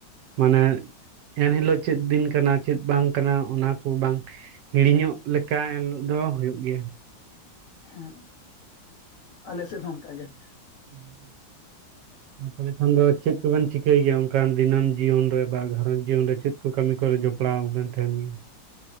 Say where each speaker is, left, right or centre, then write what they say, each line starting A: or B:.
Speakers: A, on the right; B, on the left.
A: ᱢᱟᱱᱮ ᱮᱱᱦᱤᱞᱳᱜ ᱪᱮᱫ ᱫᱤᱱ ᱠᱟᱱᱟ ᱪᱮᱫ ᱵᱟᱝ ᱠᱟᱱᱟ ᱚᱱᱟ ᱠᱚ, ᱵᱟᱝ ᱦᱤᱲᱤᱧᱚᱜ ᱞᱮᱠᱟ ᱮᱱᱦᱤᱞᱳᱜ ᱫᱚ ᱦᱩᱭᱩᱜ ᱜᱮᱭᱟ ᱾
B: ᱦᱮᱸ ᱟᱞᱮ ᱥᱮᱫ ᱦᱚᱸ ᱚᱱᱠᱟ ᱜᱮ ᱾
A: ᱦᱮᱸ <unintelligible>
B: <unintelligible>
A: ᱛᱟᱦᱚᱞᱮ ᱠᱷᱟᱱ ᱫᱚ ᱪᱮᱫ ᱠᱚᱵᱮᱱ ᱪᱤᱠᱟᱹᱭ ᱜᱮᱭᱟ? ᱚᱱᱠᱟᱱ ᱫᱤᱱᱟᱹᱢ ᱡᱤᱭᱚᱱ ᱨᱮ, ᱵᱟ ᱜᱷᱟᱨᱨᱚᱸᱡᱽ ᱡᱤᱭᱚᱱ ᱨᱮ ᱪᱮᱫ? ᱠᱚ ᱠᱟᱹᱢᱤ ᱠᱚᱨᱮ ᱡᱚᱯᱲᱟᱣ ᱵᱮᱱ ᱛᱟᱦᱮᱸᱱ ᱜᱮ?